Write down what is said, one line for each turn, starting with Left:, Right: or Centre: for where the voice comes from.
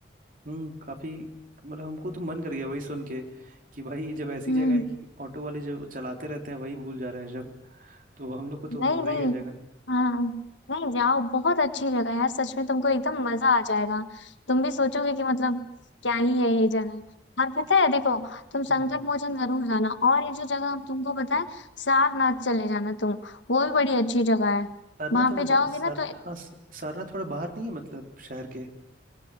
Right: हम्म काफी मतलब हमको तो मन कर गया वही सुन के कि भाई जब ऐसी
Left: हम्म
Right: जगह है कि ऑटो वाले जो चलाते रहते हैं वही भूल जा रहे हैं जब तो हम लोग को तो
Left: नहीं
Right: मजा
Left: नहीं
Right: ही आ जाएगा नहीं
Left: हाँ नहीं जाओ बहुत अच्छी जगह है यार सच में तुमको एकदम मजा आ जाएगा तुम भी सोचोगे कि मतलब क्या ही है ये जगह और पता है देखो तुम संकट
Right: हम्म
Left: मोचन जरूर जाना और ये जो जगह हम तुमको बताए सारनाथ चले जाना तुम वो भी बड़ी अच्छी जगह है
Right: सारनाथ
Left: वहां
Right: थोड़ा
Left: पे जाओगे
Right: बा, सार
Left: ना तो
Right: हाँ सारनाथ थोड़ा बाहर नहीं है मतलब शहर के